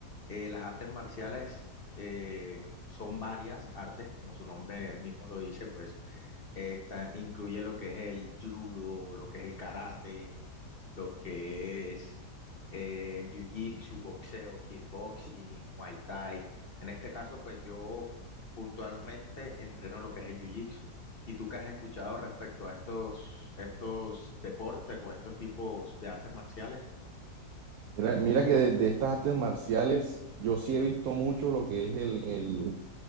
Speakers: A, on the left; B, on the right.
A: Eh, las artes marciales eh, son varias artes, como su nombre mismo lo dice, pues esta incluye lo que es el judo, lo que es el karate, lo que es eh, el jiu-jitsu, boxeo, kickboxing, muay thai. En este caso, pues yo puntualmente entreno lo que es el jiu-jitsu. ¿Y tú qué has escuchado respecto a estos, estos deportes o estos tipos de artes marciales?
B: Mira, mira que de, de estas artes marciales, yo sí he visto mucho lo que es el,